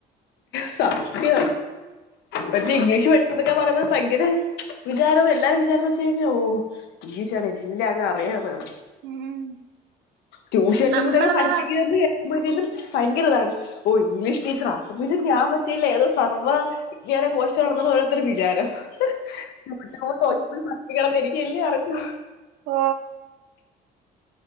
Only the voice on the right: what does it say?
ഉം
നമ്മള്
പറ
ഓ